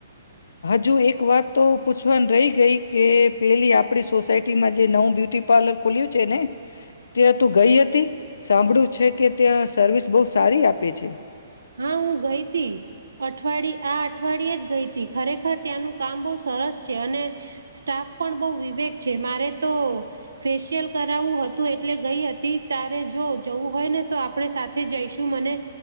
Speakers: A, on the left; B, on the right.
A: હજુ એક વાત તો પૂછવાનું રહી ગઈ કે પેલી આપડી સોસાયટીમાં જે નવું બ્યુટી પાર્લર ખુલ્યું છે ને ત્યાં તું ગઈ હતી સાંભળ્યું છે કે ત્યાં સર્વિસ બહુ સારી આપે છે.
B: હા હું ગઈ હતી અઠવાડિય આ અઠવાડિયે જ ગઈ હતી ખરેખર ત્યાંનું કામ બહુ સરસ છે અને સ્ટાફ પણ બહુ વિવેક છે મારે તો ફેશિયલ કરાવવું હતું એટલે ગઈ હતી તારે જો જવું હોય ને તો આપણે સાથે જઈશું મને